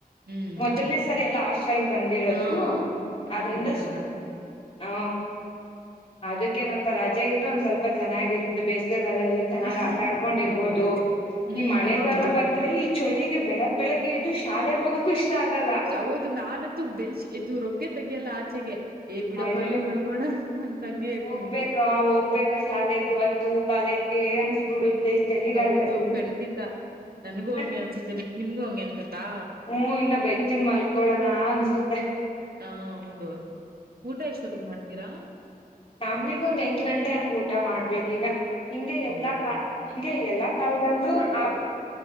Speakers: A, on the right; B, on the left.
A: ಹ್ಮ್
B: ಮೊದಲ್ನೇ ಸರಿ ಎಲ್ಲ ಹಾಸ್ಟೆಲ್ ಬಂದಿರೋದು
A: ಹಾ
B: ಆದ್ರಿಂದ
A: ಅದಕ್ಕೆ ಹಂಗಾಗುತ್ತೆ
B: ಹ ಅದಕ್ಕೇನಪ್ಪ ರಜೆ ಇದ್ರೆ ಒಂದ್ ಸ್ವಲ್ಪ ಚೆನ್ನಾಗಿರುತ್ತೆ ಬೇಸಿಗೆಗಾಲ ಎಲ್ಲ ಚೆನ್ನಾಗ್
A: ಹ
B: ಆಟಾಡ್ಕೊಂಡಿರ್ಬೋುದು
A: ಹೌದು ಹ್ಮ್
B: ಈ ಮಳೆಗಾಲ
A: ಹೌದೌದು
B: ಬಂದ್ರೆ ಈ ಚಳಿಗೆ ಬೆಳಗ್ ಬೆಳಗ್್ದದು ಶಾಲೆಗೆ ಹೋಗಕ್ಕು ಇಷ್ಟ ಆಗಲ್ಲ
A: ಹೌದು ನಾನ ಇದು ಬೆಲ್ ಇದು ರೊಗ್ಗೆ ತಗಿಯಲ್ಲ ಆಚೆಗೆ ಏ ಬಿಡಪ್ಪ
B: ಅಯ್ಯೋ
A: ಹಂಗೆ ಮಲ್ಗೋಣ ಅಂತಂಗಗೆ ಇರ್ತೀನಿ
B: ಹೋಗ್ಬೇಕಾ ಹೋಗ್ಬೇಕಾ ಶಾಲೆಗೆ ಇತ್ತು ಕಾಲೇಜ್ಗೆ ಅನ್ಸ್ಬಿಡು ಸ ಈ ಚಲಿಿಗಲ್
A: ಹೌದು
B: ಅಲ್ಲಿ
A: ಖಂಡಿತ ನನಗೂ
B: ಇನ್ನ
A: ಹಂಗೆ ಅನ್ಸುತ್ತೆ ನಿಮ್ಗೂ ಹಂಗೆ ಅನ್ಸುತ್ತಾ
B: ಹ್ಮ ಇನ್ನ ಬೆಚ್ಚಿಗ್ ಮಲ್ಕೊಳೋಣ ಅನ್ಸುತ್ತೆ
A: ಹಾ ಹೌದೌದು ಊಟ ಎಷ್ಟೊದಗ್ ಮಾಡ್ತೀರಾ
B: ನಮಗ ಒಂದ್ ಎಂಟು ಗಂಟೆ ಹಂಗ್ ಊಟ ಮಾಡ್ಬೇಕ ಈಗ ಹಿಂಗೆ ಎಲ್ಲಾ
A: ಹೌದಾ
B: ಕ ಹಿಂಗೆ ಎಲ್ಲಾ ಕಾಲದಲ್ಲೂ
A: ನಾವು ಅಷ್ಟೇ ಹೋಗ
B: ಆ